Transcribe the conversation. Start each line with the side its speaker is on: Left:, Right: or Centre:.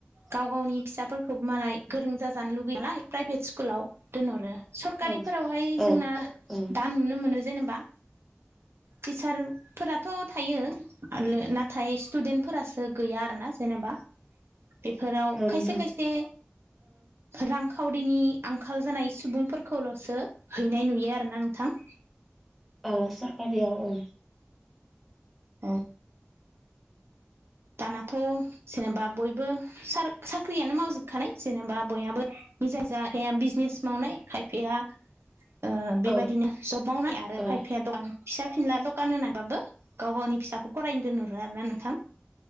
Right: गाव गावनि फिसाफोरखौबो मालाय गोरों जाजानो लुबैयालाय प्राइभेट स्कुलाव दोनहरो सरकारिफोरावहाय
Centre: औ औ
Right: जोंना
Centre: औ
Right: दा नुनो मोनो जेनेबा टिचार फोरथ' थायो नाथाय स्टुदेन्टफोरासो गैया आरो ना जा जेनेबा बेफोराव
Centre: औ
Right: खायसे
Centre: नोंथां
Right: खायसे रांखावरिनि आंखाल जानाय सुबुंफोरखौल'सो हैनाय नुयो आरोना नोंथां <inaudible>
Centre: औ सरकारियाव औ
Right: औ दानाथ' जेनेबा बयबो साख्रियानो मावजोबखानाय जेनेबा बयहाबो नि जाय जाया बिजनेस मावनाय खायफाया ओ
Centre: औ
Right: बेबायदिनो जब मावनाय आरो
Centre: औ
Right: फायफाया दखान फिसा फिनला दखान होनानैबाबो गाव गावनि फिसाखौ फरायनो दोनहरो आरोना नोंथां